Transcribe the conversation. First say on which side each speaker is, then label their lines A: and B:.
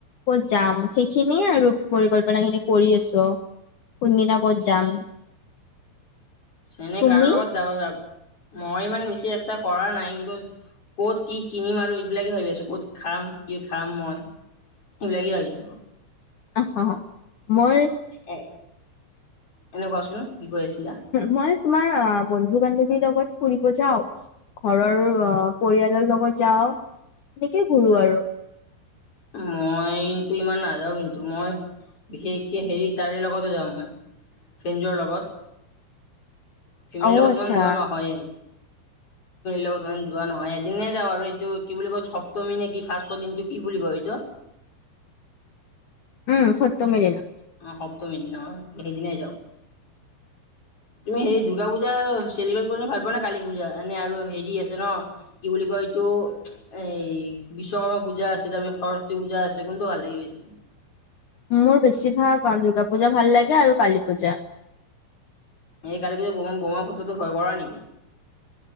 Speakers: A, on the left; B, on the left.
A: ক'ত যাম সেইখিনিয়ে আৰু পৰিকল্পনা খিনি কৰি আছোঁ আও। কোনদিনা ক'ত যাম।
B: এনে
A: তুমি
B: কাৰ লগত যাব মই ইমান বেছি এটা কৰা নাই কিন্তু। ক'ত কি কিনিম আৰু এইবিলাকে ভাবি আছোঁ ক'ত খাম কি খাম মই সেইবিলাকে ভাবিছোঁ।
A: অহ মই
B: এ তুমি কোৱাচোন কি কৰি আছিলা।
A: মই তোমাৰ বন্ধু -বান্ধৱীৰ লগত ফুৰিব যাওঁ। ঘৰৰ অ পৰিয়ালৰ লগত যাওঁ তেনেকে ঘুৰো আৰু।
B: মই কিন্তু ইমান নাযাও কিন্তু মই বিশেষকে হেৰি তাৰে লগতো যাও মই, ফ্ৰেজৰ লগত। ফেমিলিৰ
A: অ
B: লগত
A: আচ্ছা
B: ইমান যোৱা নহয়েই। লগত ইমান যোৱা নহয় এদিনে যাওঁ আৰু এইটো কি বুলি কয় সপ্তমী নে কি ফাৰ্ষ্ট দিনটো কি বুলি কয়। কিয়
A: উম সত্য মেৰেনা।
B: অ সপ্তমী দিনা সেইদিনাই যাওঁ। তুমি হেৰি দুৰ্গা পূজা চেলিব্ৰেট কৰি ভাল পোৱা নে কালী পূজা এনে আৰু হেৰি আছে ন। কি বুলি কয় এইটো এ বিশ্বকৰ্মা পূজা আছে তাৰপিছত সৰস্বতী পূজা আছে কোনটো ভাল লাগে বেছি।
A: মোৰ বেছি ভাগ অ দুৰ্গা পূজা ভাল লাগে আৰু কালী পূজা।
B: এই কালী পূজা বম বোমা শব্দটো ভয় কৰা নেকি?